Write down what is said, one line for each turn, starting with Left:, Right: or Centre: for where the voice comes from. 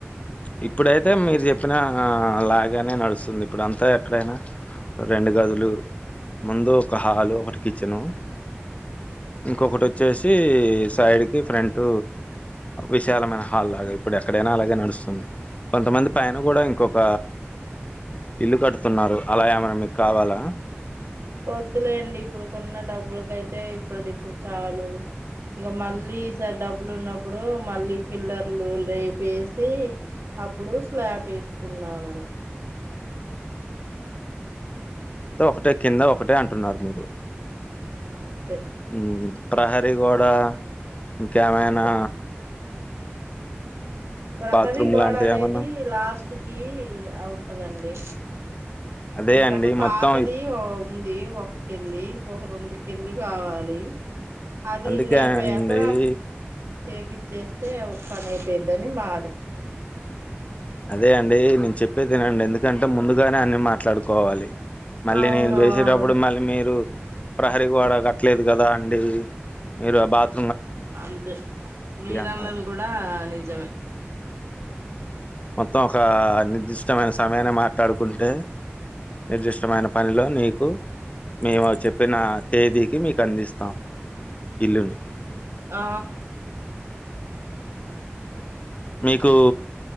Left: ఇప్పుడైతే మీరు చెప్పినా లాగానే నడుస్తుంది ఇప్పుడు అంతా ఎక్కడైనా రెండు గదులు ముందు ఒక హాలు ఒకటి కిచెను ఇంకొకటి వచ్చేసి సైడ్కి ఫ్రంట్ విశాలమైన హాల్ లాగా ఇప్పుడు ఎక్కడైనా అలాగే నడుస్తుంది. కొంతమంది పైన కూడా ఇంకొక ఇల్లు కట్తున్నారు అలా ఏమైనా మీకు కావాలా?
Right: పొద్దులేండి ఇప్పుడు కొన్న డబ్బులకైతే ఇప్పుడుది ఇప్పుడు చాలు ఇగ మళ్ళీ ఈసారి డబ్బులు ఉన్నప్పుడు మళ్ళీ పిల్లర్లు రేపు వేసి అప్పుడు స్లాబ్ వేసుకున్నామని
Left: ఉ ఒకటే కింద ఒకటే అంటున్నారు మీరు
Right: ఆ అంతే
Left: ఉహు ప్రహరి గోడా ఇంకేమైనా
Right: అంతే ప్రహరి
Left: బాత్రూమ్
Right: గోడ
Left: లాంటివి
Right: అనేది
Left: ఏమన్నా
Right: లాస్ట్ టుకి ఆ ఉంటదండి
Left: అదే
Right: ఎందుకంటే
Left: అండి
Right: పాతది
Left: మొత్తం ఇప్-
Right: ఓమ్ ఇది ఒక కెళ్ళి ఇంకొక రెండు కెళ్ళి కావాలి అది
Left: అందుకే
Right: ఇల్లు అయిపోయాక
Left: అండి
Right: చేపి చేస్తే ఒక పది అయిపోయిద్దని మాది
Left: అదే అండి నేను చెప్పేది వినండి ఎందుకంటే ముందుగానే అన్ని మాట్లాడుకోవాలి. మళ్ళీ
Right: అవును
Left: నేను చేసేటప్పుడు
Right: అవును
Left: మళ్ళీ మీరు ప్రహరి గోడ కట్టలేదు కదా అండి. మీరు అబాత్
Right: అంతే మీరన్నది
Left: అంటారు
Right: కూడా నిజమే.
Left: మొత్తం ఒక నిర్దిష్టమైన సమయాన్ని మాట్లాడుకుంటే నిర్దిష్టమైన పనిలో నీకు మేము చెప్పిన తేదీకి మీకు అందిస్తాం ఇల్లుని
Right: ఆ
Left: మీకు